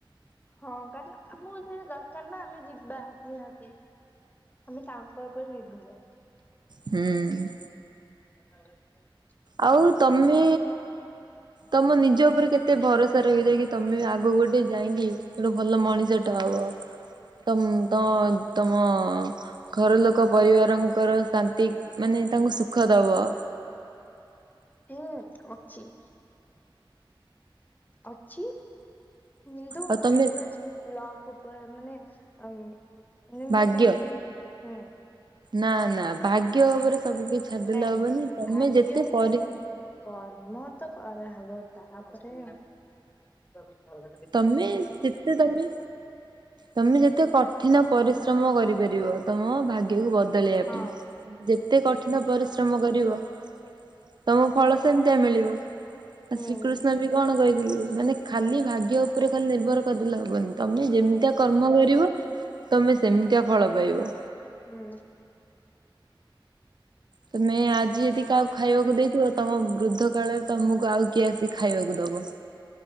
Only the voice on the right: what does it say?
ହୁଁ।
ଆଉ ତମେ ତମ ନିଜ ଉପରେ କେତେ ଭରସା ରଖିଛ କି ତମେ ଆଗକୁ ଗୋଟେ ଯାଇକି ଗୋଟେ ଭଲ ମଣିଷ ଟେ ହବ? ତମ୍ ତ ତମ ଘର ଲୋକ ପରିବାରଙ୍କର ଶାନ୍ତି ମାନେ ତାଙ୍କୁ ସୁଖ ଦବ।
ଆଉ
ତମେ
ଭାଗ୍ୟ
ନା ନା ଭାଗ୍ୟ ଉପରେ ସବୁ କିଛି ଛାଡିଦେଲେ
ହବନି ତମେ
ଯେତେ
ପରି
ତମେ ଯେତେ ତମେ ତମେ ଯେତେ କଠିନ ପରିଶ୍ର ଶ୍ରମ କରିପାରିବ ତମ ଭାଗ୍ୟକୁ ବଦଳେଇବା
ପାଇଁ ଯେତେ କଠିନ
ପରିଶ୍ର ଶ୍ରମ କରିବ ତମ ଫଳ ସେମିତିଆ ମିଳିବ ଆ
ଶ୍ରୀକୃଷ୍ଣ କୃଷ୍ଣ ବି କଣ କହିଥିଲେ ମାନେ ଖାଲି ଭାଗ୍ୟ ଉପରେ ଖାଲି ନିର୍ଭର କରିଦେଲେ ହବନି। ତମେ ଯେମିତିଆ କର୍ମ କରିବ ତମେ ସେମିତିଆ ଫଳ ପାଇବ।
ତମେ ଆଜି ଯେଦି କାହାକୁ ଖାଇବାକୁ ଦେଇଥିବ ତମ ବୃଦ୍ଧ କାଳରେ ତମକୁ ଆଉ କିଏ ଆସି ଖାଇବାକୁ ଦବ।